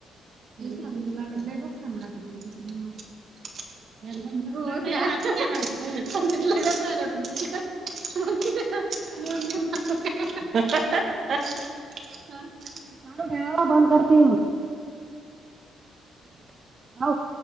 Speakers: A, on the right; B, on the right.
A: <unintelligible> <unintelligible> <unintelligible>
B: चालू ठेवावां बंद करती.
A: <inaudible>
B: हौव.